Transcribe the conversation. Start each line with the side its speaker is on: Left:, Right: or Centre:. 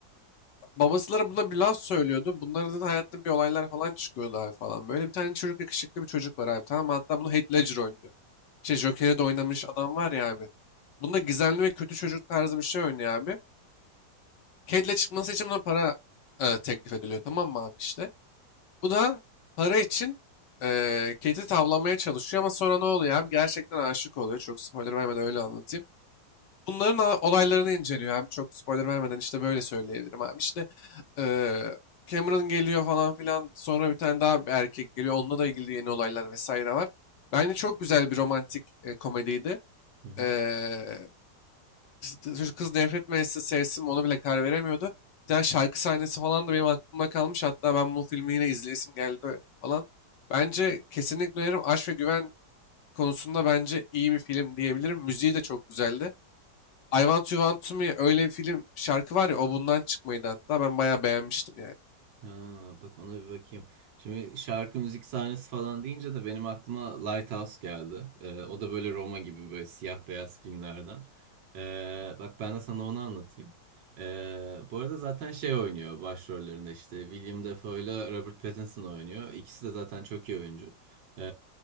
Left: Babasıları buna bir laf söylüyordu. Bunların da hayatında bir olaylar falan çıkıyordu abi falan. Böyle bir tane çocuk yakışıklı bir çocuk var abi tamam mı? Hatta bunu Heath Ledger oynuyor. Şey Joker'e de oynamış adam var ya abi. Bunda gizemli ve kötü çocuk tarzı bir şey oynuyor abi. Kedle çıkması için buna para e, teklif ediliyor tamam mı abi işte. Bu da para için e, Kate'i tavlamaya çalışıyor ama sonra ne oluyor abi? Gerçekten aşık oluyor. Çok spoiler vermeden öyle anlatayım. Bunların a- olaylarını inceliyor abi. Çok spoiler vermeden işte böyle söyleyebilirim abi. İşte e, Cameron geliyor falan filan. Sonra bir tane daha bir erkek geliyor. Onunla da ilgili yeni olaylar vesaire var. Bence çok güzel bir romantik e, komediydi.
Right: Hı hı.
Left: E, Çocuk kız nefret mi sevsin mi ona bile karar veremiyordu. Bir tane şarkı sahnesi falan da benim aklımda kalmış. Hatta ben bu filmi yine izleyesim geldi falan. Bence kesinlikle öneririm. Aşk ve Güven konusunda bence iyi bir film diyebilirim. Müziği de çok güzeldi. I Want You Want To Me öyle bir film şarkı var ya o bundan çıkmaydı hatta. Ben bayağı beğenmiştim yani.
Right: Ha, bak ona bir bakayım. Şimdi şarkı müzik sahnesi falan deyince de benim aklıma Lighthouse geldi. Ee, o da böyle Roma gibi böyle siyah beyaz filmlerden. Ee, bak ben de sana onu anlatayım. Ee, bu arada zaten şey oynuyor başrollerinde işte William Dafoe ile Robert Pattinson oynuyor. İkisi de zaten çok iyi oyuncu. Ee,